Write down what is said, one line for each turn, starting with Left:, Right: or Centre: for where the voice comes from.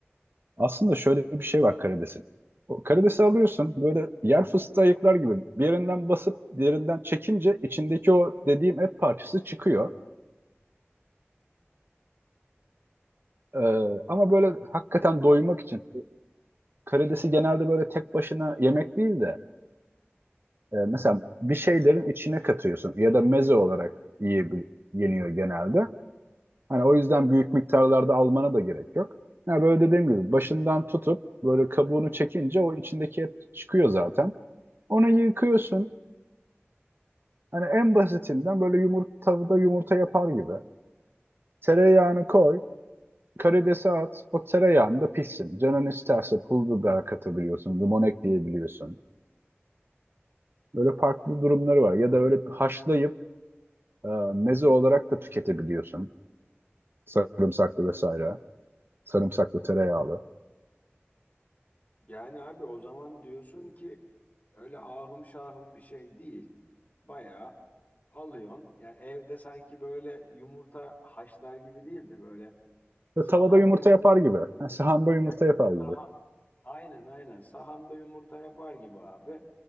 Right: Aslında şöyle bir şey var karidesin. O karidesi alıyorsun böyle yer fıstığı ayıklar gibi bir yerinden basıp diğerinden çekince içindeki o dediğim et parçası çıkıyor. Ee, ama böyle hakikaten
Left: Et parçası.
Right: doymak için karidesi genelde böyle tek başına yemek değil de e, mesela bir şeylerin içine katıyorsun ya da meze olarak yiyebil yeniyor genelde. Hani o yüzden büyük miktarlarda almana da gerek yok. Ya böyle dediğim gibi başından tutup böyle kabuğunu çekince o içindeki et çıkıyor zaten. Onu yıkıyorsun. Hani en basitinden böyle yumurta tavada yumurta yapar gibi. Tereyağını koy, karidesi at. O tereyağında pişsin. Canın isterse pul biber katabiliyorsun, limon ekleyebiliyorsun. Böyle farklı durumları var. Ya da öyle haşlayıp e, meze olarak da tüketebiliyorsun. Sarımsaklı vesaire. Sarımsaklı tereyağlı.
Left: Yani abi o zaman diyorsun ki öyle ahım şahım bir şey değil. Bayağı alıyorsun. Yani evde sanki böyle yumurta haşlar gibi değil de böyle Sahanda
Right: Ve tavada yumurta
Left: yumurta.
Right: yapar gibi. Ha, sahanda yumurta
Left: Heh,
Right: yapar gibi.
Left: saha. Aynen aynen. Sahanda yumurta yapar gibi abi.